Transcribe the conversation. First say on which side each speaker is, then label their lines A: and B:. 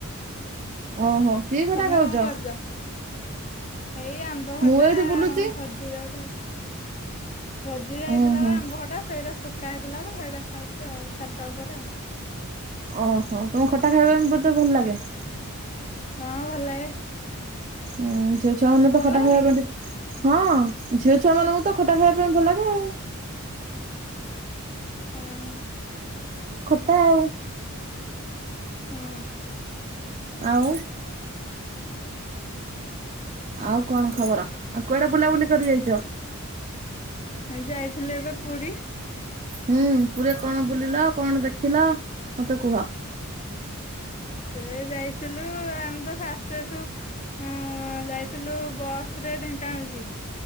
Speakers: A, on the right; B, on the left.
A: ଓହୋ। କି ଖଟା
B: ତମେ
A: ଖାଉଛ?
B: କଣ କରୁଛ? ଏଇ ଆମ୍ବ ଖଟା
A: ମୁଁ ଏଇଠି ବୁଲୁଛି
B: ଭଜୁରଟେ ହେଇ ଭୋଜିରେ ହେଇଥିଲାଵା
A: ଉୁଁ ହୁଁ
B: ଆମ୍ବଖଟା, ସେଇଟା ଶୁଖା ହେଇଥିଲାତ ସେଇଟା ଖାଉଚି ଆଉ ଛାତ ଉପରେ।
A: ଅହଃ, ତମକୁ ଖଟା ଖାଇବା ପାଇଁ ବୋଧେ ଭଲ ଲାଗେ?
B: ହଁ, ଭଲଲାଗେ।
A: ଉଁ, ଝିଅ ଛୁଆମାନେତ ଖଟାଖାଇବା
B: ଲାଗେନି କି?
A: ପାଇଁ ଟି ହଁ, ଝିଅଛୁଆ ମାନଙ୍କୁତ ଖଟା ଖାଇବା ପାଇଁ ଭଲ ଲାଗେ ଆଉ-
B: ହଁ ହଁ
A: ଟା ଆଉ।
B: ହୁଁ।
A: ଆଉ। ଆଉ କଣ ଖବର? ଆଉ କୁଆଡେ ବୁଲାବୁଲି କରି ଯାଇଚ?
B: ଏ ଯାଇଥିଲି ଏବେ ପୁଡି।
A: ହୁଁ, ପୁରୀରେ କଣ ବୁଲିଲ, କଣ ଦେଖିଲ, ମତେ କୁହ।
B: ସେ ଯାଇଥିଲୁ, ଆମେତ ଫାଷ୍ଟ ଏଠୁ ହୁଁ ଯାଇଥିଲୁ ବସରେ ଢେଙ୍କାନାଳଠି,